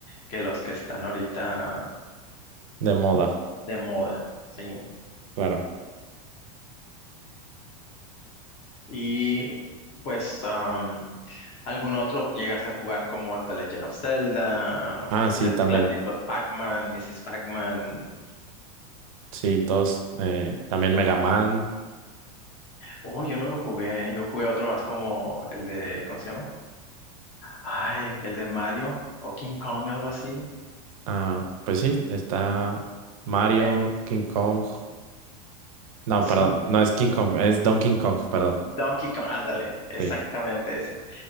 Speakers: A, on the left (about 30°); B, on the right (about 65°).
A: que los que están ahorita
B: de
A: mm,
B: moda,
A: de moda, sí.
B: claro.
A: Y pues, am, ¿algún otro llegaste a jugar como The Legend of Zelda,
B: Ah, sí,
A: de los
B: también.
A: clásicos, Pac-Man, Mrs. Pac-Man?
B: Sí, todos. eh, también Mega Man.
A: Oh, yo no lo jugué, yo jugué otro más como el de, ¿cómo se llama? Ay, el de Mario o King Kong, algo así.
B: Ah, pues sí, está Mario,
A: Eh,
B: King Kong. No,
A: sí,
B: perdón, no es King Kong, es Donkey Kong, perdón.
A: Donkey Kong, ándale, exactamente
B: Sí,
A: ese.